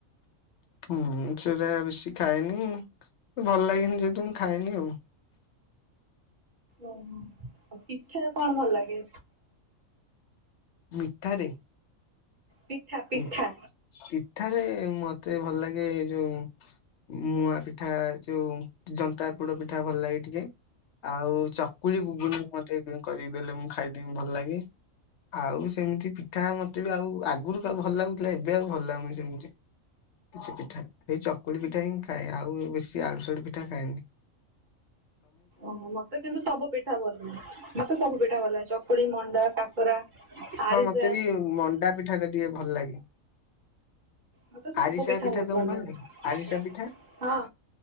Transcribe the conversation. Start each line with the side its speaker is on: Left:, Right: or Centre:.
Left: ହୁଁ, ସେଇଟା ବେଶୀ ଖାଇନି। ଭଲ ଲାଗନି ଯେହେତ, ମୁଁ ଖାଏନି ଆଉ
Right: ଓହୋ, ଆଉ ପିଠା କଣ ଭଲ ଲାଗେ?
Left: ମିଠାରେ
Right: ପିଠା ପିଠା।
Left: ହଁ ପିଠାରେ ମତେ ଭଲ ଲାଗେ, ଯୋଉ ମୁଆଁ ପିଠା, ଯୋଉ ଜନ୍ତା ପୋଡ ପିଠା ଭଲ ଲାଗେ ଟିକେ, ଆଉ କୁଲିୁବୁନ ମତେ <unintelligible> କରିକି ଦେଲେ ମୁଁ ଖାଇଦମି ଭଲ ଲାଗେ, ଆଉ ସେମିତି ପିଠା ମତେ ବି ଆଉଗ ଆଗରୁ ଭଲ ଲାଗୁଥିଲା, ଏବେ ଆଉ ଭଲ ଲାଗୁନି ସେମିତି କିଛି ପିଠା ଏଇ ଚକୁଳି ପିଠା ହିଁ ଖାଏ ଆଉ ବେଶୀ ଆଡ଼ୁସଡୁ ପିଠା ଖାଏନି । <inaudible>
Right: ଓହ ମତେ କିନ୍ତୁ ସବୁ ପିଠା ଭଲ, ମତେ ସବୁ ପିଠା ଭଲ, ଚକୁଳି, ମଣ୍ଡା, କାକରା ଆରିସା
Left: ହଁ ମତେ ବି ମଣ୍ଡା ପିଠା ଟା ଟିକେ ଭଲ ଲାଗେ।
Right: ମୋତେ ସବୁ
Left: ଆରିସା
Right: ପିଠା ବହୁତ
Left: ତମକୁ
Right: ଭଲ ଲାଗେ।
Left: ଆରିସା ପିଠା
Right: ହଁ